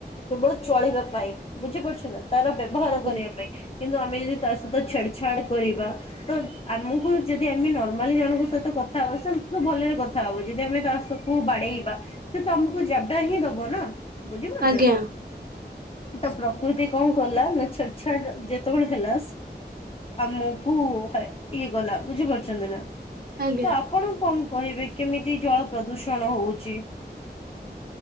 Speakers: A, on the left; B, on the right.
A: କେବଳ ଚଳିବା ପାଇଁ ବୁଝିପାରୁଛ, ନା ତାର ବ୍ୟବହାର
B: ଆଜ୍ଞା
A: କରିବା ପାଇଁ କିନ୍ତୁ ଆମେ ଯଦି ତା ସହିତ ଛେଡ ଛାଡ କରିବା ତ ଆମକୁ ଯଦି ଆମେ ନର୍ମାଲି ଜଣଙ୍କ ସହିତ କଥା ହବାବ ଭଲରେ କଥା ହବୁ ଯଦି ଆମେ ତାକୁୁ ବାଡେଇବା ସେ ତମକୁ ଜାଡା ହିଁ ଦବ ନା ବୁଝିପାରୁଛନ୍ତି
B: ଆଜ୍ଞା
A: ନା। ତ ପ୍ରକୃତି କଣ କଲା ନା ଛେଟ ଛାଟ ଯେତେବେଳେ ଆମକୁୁ ହାଏ ଇଏ ଗଲା ବୁଝି ପାରୁଛନ୍ତି ନା।
B: ଆଜ୍ଞା
A: ତ ଆପଣ କଣ କହିବି କେମିତି ଜଳ ପ୍ରଦୂଷଣ ହଉଛି।